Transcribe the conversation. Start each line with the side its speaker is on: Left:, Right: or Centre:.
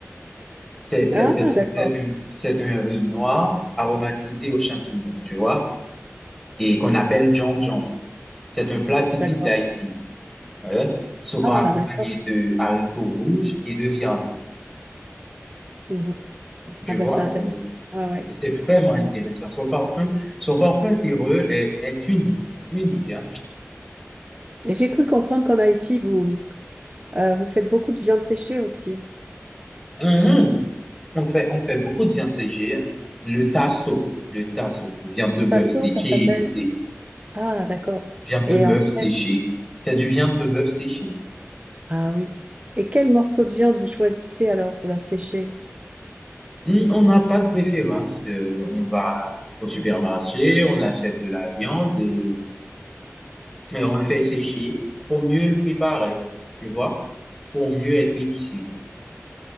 Centre: C'est c'est-
Right: Ah,
Centre: c'est- c'est-
Right: d'accord.
Centre: c'est un c'est un riz noir aromatisé aux champignons, tu vois, et qu'on appelle Djondjon. C'est un plat typique
Right: D'accord.
Centre: d'Haïti, ouais, souvent
Right: Ah,
Centre: accompagné
Right: d'accord.
Centre: de haricots rouges et de viande,
Right: Mhm.
Centre: tu
Right: Ah ben,
Centre: vois.
Right: c'est intéressant. Ouais, ouais,
Centre: C'est vraiment
Right: c'est intéressant.
Centre: intéressant. Son parfum, son parfum terreux est, est unique, unique, hein.
Right: Et j'ai cru comprendre qu'en Haïti, vous, euh, vous faites beaucoup de viande séchée aussi.
Centre: Mhm. On fait, on fait beaucoup de viande séchée, hein. Le tasso, le tasso, viande de bœuf
Right: Tasso,
Centre: séchée
Right: ça s'appelle.
Centre: et épicée.
Right: Ah, d'accord.
Centre: Viande de
Right: Et
Centre: bœuf
Right: en
Centre: séchée,
Right: fait,
Centre: c'est du viande de bœuf séchée.
Right: Ah oui. Et quel morceau de viande vous choisissez alors pour la sécher?
Centre: Hum, on n'a pas de préférence. Euh, on va au supermarché, on achète de la viande et, et on le fait sécher pour mieux le préparer, tu vois, pour mieux être épicé.